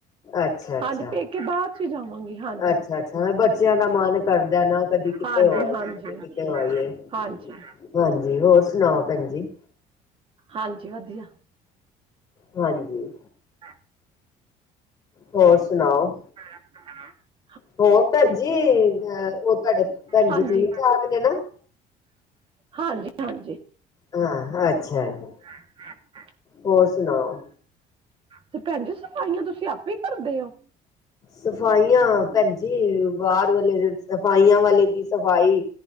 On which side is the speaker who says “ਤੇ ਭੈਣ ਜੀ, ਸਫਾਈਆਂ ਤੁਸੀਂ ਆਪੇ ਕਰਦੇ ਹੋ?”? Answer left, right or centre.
Right